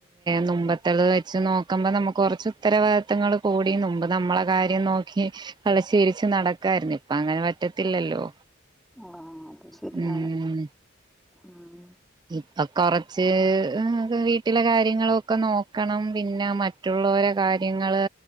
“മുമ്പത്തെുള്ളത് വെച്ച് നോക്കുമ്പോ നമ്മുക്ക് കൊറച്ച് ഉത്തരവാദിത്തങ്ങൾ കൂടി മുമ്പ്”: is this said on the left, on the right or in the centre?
Right